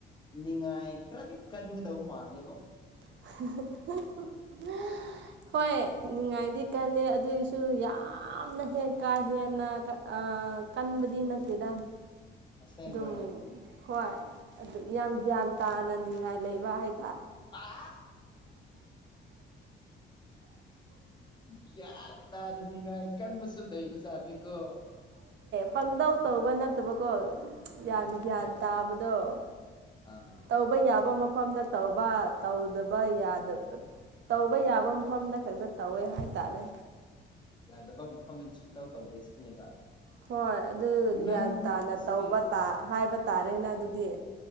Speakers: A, on the left; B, on the right.
A: ꯅꯤꯡꯉꯥꯏ ꯈꯔꯗꯤ ꯀꯟꯒꯗꯧꯕ ꯃꯥꯜꯂꯦꯕꯣ
B: <unintelligible> ꯍꯣꯏ ꯅꯤꯡꯉꯥꯏꯗꯤ ꯀꯜꯂꯦ ꯑꯗꯨꯏꯁꯨ ꯌꯥꯝꯅ ꯍꯦ ꯀꯥ ꯍꯦꯟꯅ ꯑ ꯀꯟꯕꯗꯤ ꯅꯠꯇꯦꯗ
A: ꯑꯁꯦꯡꯕ꯭ꯔꯅꯦ
B: ꯑꯗꯨꯝ ꯍꯣꯏ ꯑꯗꯨꯝ ꯌꯥꯝ ꯒ꯭ꯌꯥꯟ ꯇꯥꯅꯅꯤꯡꯉꯥꯏ ꯂꯩꯕ ꯍꯥꯏ
A: ꯑ ꯒ꯭ꯌꯥꯟ ꯇꯥꯔꯗꯤ ꯅꯤꯡꯉꯥꯏ ꯀꯟꯕꯨꯁꯨ ꯂꯩꯕꯖꯥꯜꯅꯤꯀꯣ
B: ꯄꯪꯗꯧ ꯇꯧꯕꯅꯜꯇꯦ ꯐꯠꯇꯕꯀꯣ
A: ꯍꯣꯏ
B: ꯌꯥꯝ
A: ꯍꯣꯏ
B: ꯒ꯭ꯌꯥꯟ ꯇꯥꯕꯗꯣ
A: ꯑꯥ
B: ꯇꯧꯕ ꯌꯥꯕ ꯑꯃ ꯃꯣꯝꯗ ꯇꯧꯕ ꯇꯧꯗꯕ ꯌꯥꯗꯕ ꯇꯧꯕ ꯌꯥꯕ ꯃꯐꯝꯗ ꯈꯛꯇ ꯇꯧꯋꯦ ꯍꯥꯏꯇꯥꯔꯦ
A: ꯑ ꯌꯥꯗꯕ ꯃꯐꯝꯗ ꯁꯨꯛꯇꯧ ꯇꯧꯗꯣꯏ ꯁꯤꯅꯦꯕ
B: ꯍꯣꯏ ꯑꯗꯨ ꯒ꯭ꯌꯥꯟ
A: ꯅꯪꯁꯤ
B: ꯇꯥꯅ ꯇꯧꯕ ꯍꯥꯏꯕ ꯇꯥꯔꯦꯅ ꯑꯗꯨꯗꯤ